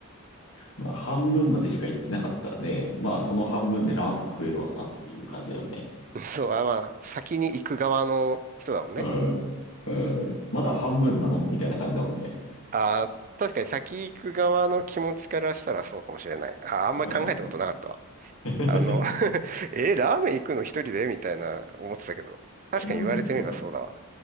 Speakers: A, on the left; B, on the right.
A: まあ、半分までしか行ってなかったらね、まあ、その半分でラーメン食えるわなっていう感じだよね。
B: <laughs> そう、あ、まあ、先に行く側の人だもんね。
A: うん。うん。まだ半分なのみたいな感じだもんね。
B: あー、確かに先行く側の気持ちからしたらそうかもしれない。あー、あんまり考えたことなかったわ。
A: うん。<laughs>
B: あの <laughs> え、ラーメン行くの一人でみたいな思ってたけど。確かに言われてみればそうだわ。
A: うんまあまあ、